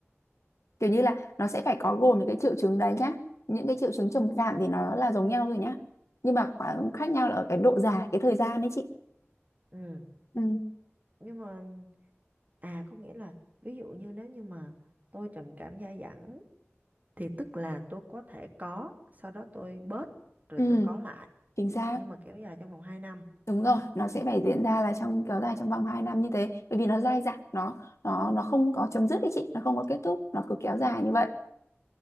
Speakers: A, on the left; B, on the right.
A: kiểu như là nó sẽ phải có gồm những cái triệu chứng đấy nhá những cái triệu chứng trầm cảm thì nó là giống nhau rồi nhá nhưng mà khoảng khác nhau là ở cái độ dài cái thời gian đấy chị
B: ừ
A: ừ
B: nhưng mà à có nghĩa là ví dụ như nếu như mà tôi trầm cảm dai dẳng thì tức là tôi có thể có sau đó tôi bớt rồi
A: ừ
B: tôi có lại
A: chính xác
B: nhưng mà kéo dài trong vòng hai năm
A: đúng rồi nó sẽ phải diễn ra là trong kéo dài trong vòng 2 năm như thế bởi vì nó dai dẳng nó nó nó không có chấm dứt đấy chị nó không có kết thúc nó cứ kéo dài như vậy